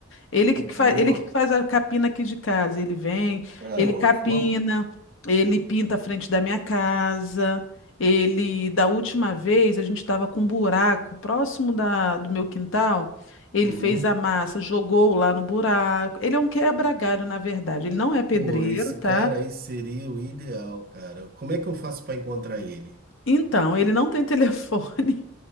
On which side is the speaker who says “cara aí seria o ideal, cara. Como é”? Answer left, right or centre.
Right